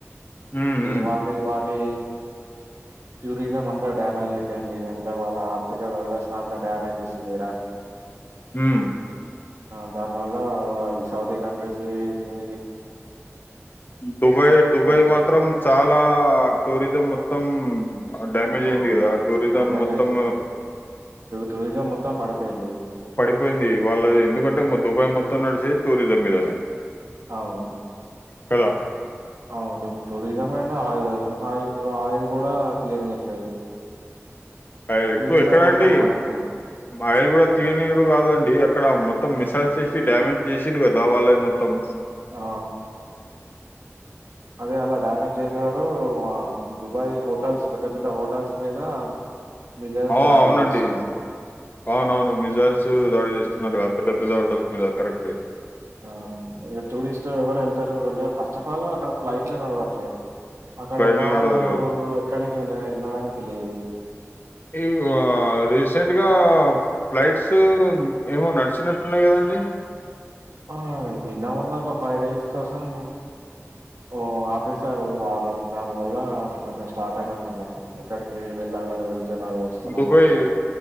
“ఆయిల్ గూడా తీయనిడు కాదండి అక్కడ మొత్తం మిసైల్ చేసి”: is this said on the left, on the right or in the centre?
Left